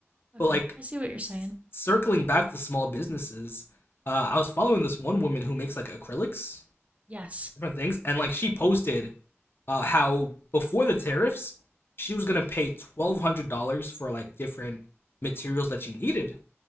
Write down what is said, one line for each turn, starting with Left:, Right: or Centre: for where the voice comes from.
Right: Okay.
Left: But like
Right: I see what you're saying.
Left: s- circling back to small businesses, uh, I was following this one woman who makes like acrylics,
Right: Yes.
Left: different things, and like she posted uh, how before the tariffs, she was gonna pay twelve hundred dollars for like different materials that she needed,